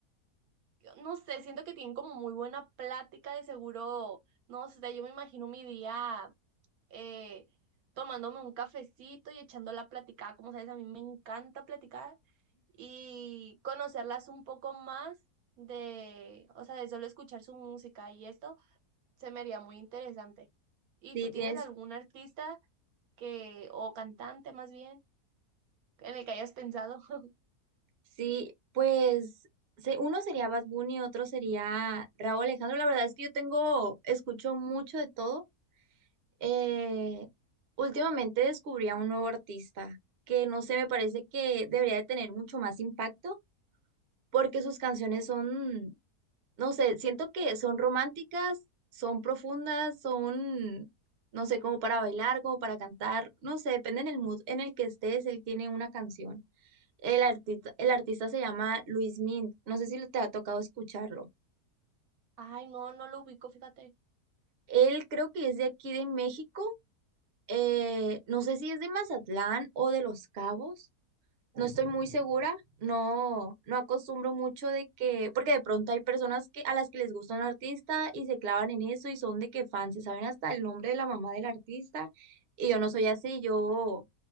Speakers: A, on the right (about 70°); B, on the right (about 55°).
A: no sé, siento que tienen como muy buena plática, de seguro, no sé, yo me imagino mi día eh, tomándome un cafecito y echando la platicada, como sabes, a mí me encanta platicar y conocerlas un poco más de, o sea, de solo escuchar su música y esto se me haría muy interesante. ¿Y
B: Sí,
A: tú tienes
B: tienes
A: algún artista que, o cantante más bien, en el que hayas pensado? <laughs>
B: Sí, pues se- uno sería Bad Bunny, otro sería Raúl Alejandro. La verdad es que yo tengo, escucho mucho de todo. Eh, últimamente descubrí a un nuevo artista que no sé, me parece que debería de tener mucho más impacto porque sus canciones son, no sé, siento que son románticas, son profundas, son, no sé, como para bailar, como para cantar, no sé, depende del mood en el que estés, él tiene una canción. El artista, el artista se llama Luis Mint. No sé si te ha tocado escucharlo.
A: Ay, no, no lo ubico, fíjate.
B: Él creo que es de aquí de México. eh, no sé si es de Mazatlán o de Los Cabos, No estoy muy segura, no, no acostumbro mucho de que, porque de pronto hay personas que, a las que les gusta un artista y se clavan en eso y son de que fans, se saben hasta el nombre de la mamá del artista y yo no soy así, yo,